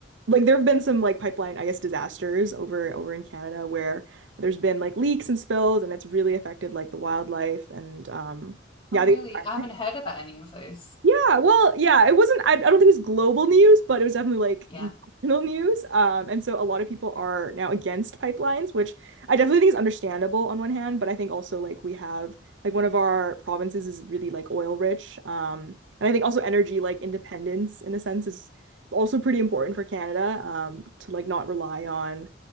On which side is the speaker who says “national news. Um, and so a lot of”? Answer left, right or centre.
Right